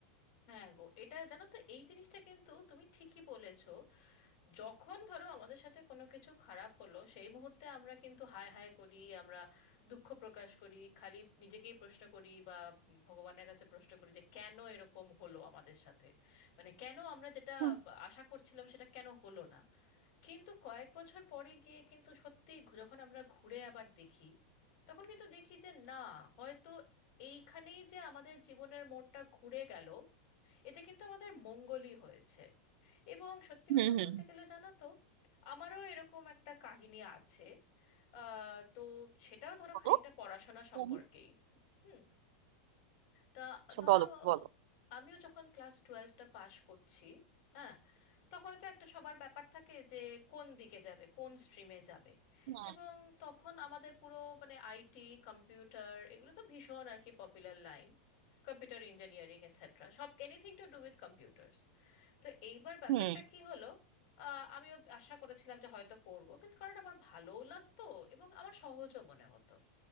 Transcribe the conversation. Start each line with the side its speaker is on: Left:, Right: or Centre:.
Left: হ্যাঁ গো এটা জানো তো এই জিনিসটা কিন্তু তুমি ঠিকই বলেছো যখন ধরো আমাদের সাথে কোনো কিছু খারাপ হলো সেই মুহূর্তে আমরা কিন্তু হায় হায় করি আমরা দুঃখ প্রকাশ করি খালি নিজেকেই প্রশ্ন করি বা ভগবানের কাছে প্রশ্ন করি যে কেন এরকম হলো আমাদের সাথে মানে কেন আমরা যেটা
Right: হুম
Left: আশা করছিলাম সেটা কেন হলো না কিন্তু কয়েক বছর পরে গিয়ে কিন্তু সত্যি ঘু- যখন আমরা ঘুরে আবার দেখি তখন কিন্তু দেখি যে না হয়তো এইখানেই যে আমাদের জীবনের মোড়টা ঘুরে গেল এতে কিন্তু আমাদের মঙ্গলই হয়েছে এবং সত্যি
Right: হুম
Left: কথা
Right: হুম।
Left: বলতে গেলে জানো তো আমারও এরকম একটা কাহিনী আছে আহ, তো সেটাও ধরো
Right: বলো
Left: খানিকটা পড়াশোনা সম্পর্কেই
Right: হুম,
Left: হুম তা
Right: আচ্ছা
Left: ধরো
Right: বলো বলো
Left: আমিও যখন ক্লাস টুয়েলভটা পাশ করছি হ্যাঁ তখন তো একটা সবার ব্যাপার থাকে যে কোন দিকে যাবে কোন স্ট্রিমে যাবে
Right: হুম
Left: এবং তখন আমাদের পুরো মানে আইটি কম্পিউটার এগুলো তো ভীষণ আর কি popular line Computer engineering etcetera সব anything to do with computers তো এইবার ব্যাপারটা
Right: হুম।
Left: কি হলো আহ, আমিও আশা করেছিলাম যে হয়তো করব কিন্তু কারণ আমার ভালোও লাগতো এবং আমার সহজও মনে হতো